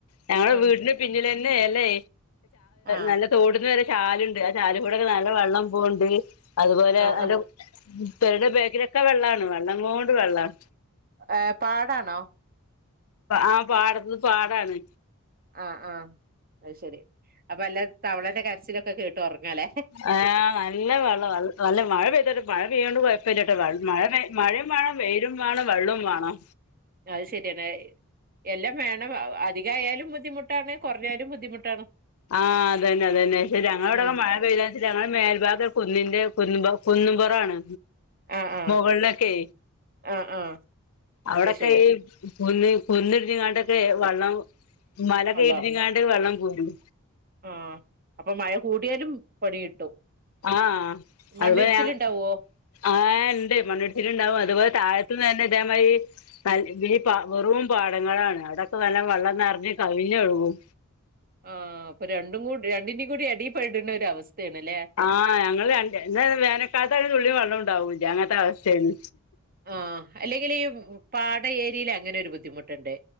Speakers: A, on the left (about 75°); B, on the right (about 45°).
A: ഞങ്ങളെ
B: ആഹ്
A: വീടിന് പിന്നിൽ തന്നെ അല്ലേ
B: ആഹ്
A: നല്ല തോടിനു നേരെ ചാലുണ്ട് ആ ചാലി കൂടൊക്കെ നല്ല വെള്ളം പോവണ്ട് അതുപോലെ
B: ആഹ്
A: നല്ല പിരയുടെ ബേക്കിലൊക്കെ വെള്ളാണ് വെള്ളം കൊണ്ട് വെള്ളം
B: ഏഹ് പാടാണോ
A: ആഹ് പാടത്ത് പാടാണ്
B: ആഹ് ആഹ് അത് ശെരി അപ്പൊ അല്ല തവളാന്റെ കരച്ചിലൊക്കെ കേട്ട് ഉറങ്ങാലേ
A: ആഹ നല്ല വെള്ളാത് നല്ല മഴ പെയ്തോട്ട് മഴ പെയ്യാണ്ട് കുഴപ്പമില്ലാട്ട മഴ മഴയും വേണം വെയിലും വേണം വെള്ളവും വേണം
B: ആഹ് അത് ശരിയാണ് എല്ലാം വേണം അധികായാലും ബുദ്ധിമുട്ടാണ് കുറഞ്ഞാലും ബുദ്ധിമുട്ടാണ്
A: ആഹ് അതെന്നെ അതെന്നെ ശരി ഞങ്ങളോവിടൊക്കെ
B: ഉം
A: മഴ പെയ്താ ഞങ്ങെ മേൽഭാഗം കുന്നിന്റെ കുന്നു കുന്നുംപുറാണ്
B: ആഹ് ആഹ്
A: മുകളിലൊക്കെ
B: ആഹ് ആഹ്
A: അവിടൊക്കെ
B: അത് ശരി
A: ഈ കുന്ന് കുന്നിടിഞ്ഞങ്ങാട്ടൊക്കെ വെള്ളം മലക്കെ
B: അള്ളാ
A: ഇടിഞ്ഞങ്ങാണ്ട് വെള്ളം പോരും.
B: ആഹ് അപ്പൊ മഴ കൂടിയാലും പണി കിട്ടും.
A: ആഹ്
B: മണ്ണിടിച്ചിലുണ്ടാവോ
A: അതിപ്പം ഞങ്ങ് ആഹ് ഇണ്ട് മണ്ണിടിച്ചിലുണ്ടാവും അതുപോലെ താഴത്തന്ന് തന്നെ അതേമാതിരി <unintelligible> വെറും പാടങ്ങളാണ് അവിടൊക്കെ നല്ല വെള്ളം നിറഞ്ഞ് കവിഞ്ഞൊഴുകും.
B: ആഹ് അപ്പൊ രണ്ടും കൂ രണ്ടിന്റെകൂടി ഇടെപ്പെടുന്ന ഒരു അവസ്ഥയാണ്ല്ലേ.
A: ആഹ് ഞങ്ങള് രണ്ട് എന്നാ വേനക്കാലത്ത് ഒരു തുള്ളി വെള്ളോം ഉണ്ടാവൂല്ല അങ്ങനത്തെ അവസ്ഥയാണ്.
B: ആ അല്ലെങ്കിലും ഈ പാടം ഏരിയേൽ അങ്ങനെ ഒരു ബുദ്ധിമുട്ടുണ്ടേ